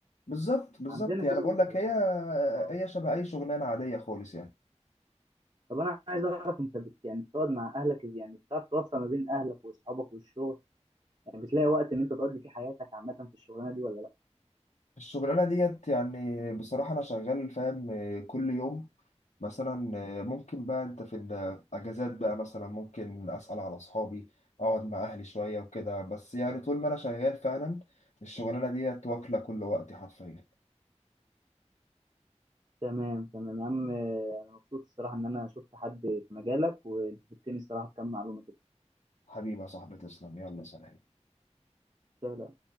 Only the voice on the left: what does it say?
بالظبط بالظبط
يعني
بقول
لك هي
هي شبه أي شغلانة عادية خالص يعني
الشغلانة ديت يعني بصراحة أنا شغال فاهم كل يوم مثلا آه، ممكن بقى انت في الاجازات بقى مثلا ممكن اسال على اصحابي اقعد مع اهلي شويه وكده بس يعني طول ما انا شغال فعلا الشغلانه ديت واكله كل وقتي حرفيا
حبيبي يا صاحبي تسلم يلا سلام